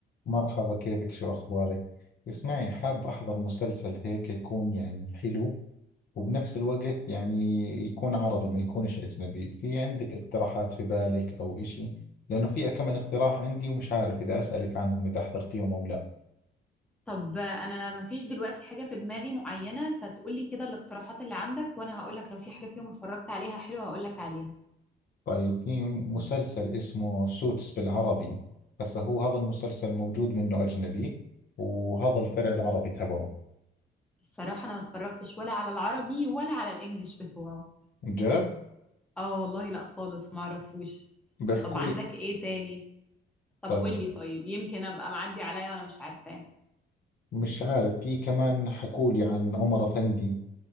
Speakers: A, on the left (about 50°); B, in the centre.
A: مرحبا كيفك شو أخبارك؟ اسمعي حاب أحضر مسلسل هيك يكون يعني حلو وبنفس الوقت يعني يكون عربي ما يكونش أجنبي في عندك اقتراحات في بالك أو إشي؟ لأنه في كم من اقتراح عندي ومش عارف إذا أسألك عنهم إذا حضرتيهم أو لا
B: طب انا مفيش دلوقتي حاجة في دماغي معينة فتقولي كده الاقتراحات اللي عندك وانا هقولك لو في حاجة فيهم اتفرجت عليها حلوة هقولك عليها
A: طيب في مسلسل اسمه سوتس بالعربي هسا هو هذا المسلسل موجود منه أجنبي وهذا الفرع العربي تبعه
B: الصراحة انا ما اتفرجتش ولا على العربي ولا على الانجليش بتوعه
A: جاب
B: اه والله لا خالص معرفوش
A: بيحكوا
B: طب عندك
A: لي
B: ايه تاني طب
A: طيب
B: قولي طيب يمكن ابقى معدي عليا وانا مش عارفاه
A: مش عارف في كمان حكوا لي عن عمر أفندي